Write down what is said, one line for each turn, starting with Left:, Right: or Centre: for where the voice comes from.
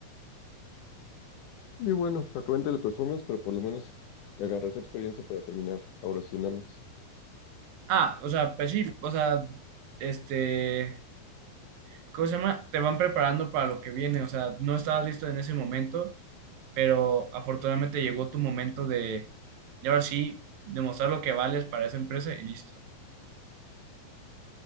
Left: Y bueno, acabé en teleperformance, pero por lo menos agarré esa experiencia para terminar ahora sí en Amex.
Right: Ah, o sea, pues sí, o sea, este, ¿cómo se llama? Te van preparando para lo que viene, o sea, no estabas listo en ese momento, pero afortunadamente llegó tu momento de, de ahora sí, demostrar lo que vales para esa empresa y listo.